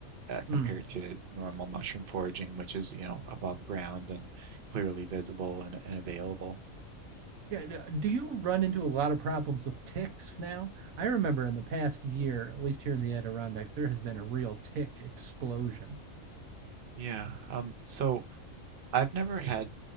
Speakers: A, on the right; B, on the right.
A: uh,
B: Mm.
A: compared to normal mushroom foraging, which is you know above ground and clearly visible and, and available.
B: Yeah, do you run into a lot of problems with ticks now? I remember in the past year, at least here in the Adirondacks, there has been a real tick explosion.
A: Yeah. Um. So I've never had